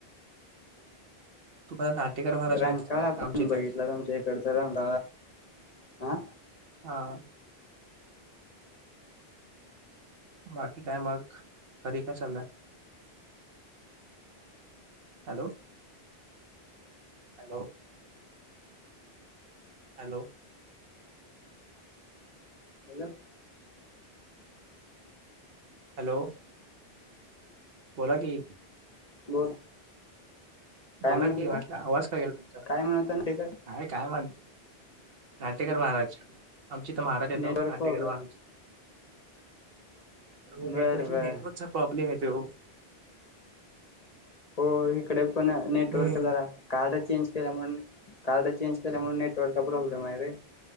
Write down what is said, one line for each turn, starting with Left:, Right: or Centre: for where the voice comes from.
Right: तुम्हाला नाटेकर महाराज
Left: रंग
Right: माहितीच
Left: काळा
Right: काय
Left: आपण
Right: आमच्या
Left: बघितला
Right: इथे
Left: त शेकडच रंग अ
Right: हा बाकी काय मग घरी काय चाललं hello hello hello
Left: hello
Right: hello बोला की
Left: बोल काय
Right: बोला
Left: म्हणत
Right: कि
Left: होता
Right: म्हटलं आवाज का गेला तुमचा
Left: काय म्हणत होता तिकड
Right: आहे काय म्हण नाटेगर महाराज आमची इथ महाराज येतो
Left: नेटवर्क
Right: नाटेगर
Left: प्रॉब्लेम
Right: महाराज अवो
Left: बर
Right: नेटवर्क
Left: बर
Right: नेटवर्कचा प्रॉब्लेम येतोय ओ.
Left: होय इकडं पण नेटवर्क
Right: हम्म
Left: जरा कार्ड चेंज केल्यामुळं ने कार्ड चेंज केल्यामुळं नेटवर्कचा प्रॉब्लेमाय रे.